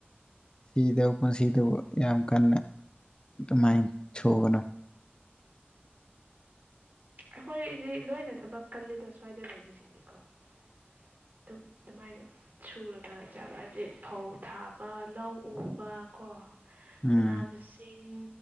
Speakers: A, on the left; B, on the right.
A: ꯁꯤꯗꯕꯨ ꯄꯨꯟꯁꯤꯗꯕꯨ ꯌꯥꯝ ꯀꯟꯅ ꯑꯗꯨꯃꯥꯏꯅ ꯁꯨꯧꯕꯅꯣ
B: ꯑꯩꯈꯣꯏꯗꯤ ꯂꯣꯏꯅ ꯊꯕꯛ ꯀꯜꯂꯤꯗ ꯁ꯭ꯋꯥꯏꯗ ꯂꯩꯕꯁꯤꯡꯅꯤꯀꯣ ꯑꯗꯨꯝ ꯑꯗꯨꯃꯥꯏꯅ ꯁꯨꯔꯒ ꯆꯥꯕ ꯍꯥꯏꯕꯗꯤ ꯐꯧ ꯊꯥꯕ ꯂꯧ ꯎꯕ ꯀꯣ
A: ꯎꯝ
B: ꯃꯅꯥ ꯃꯁꯤꯡ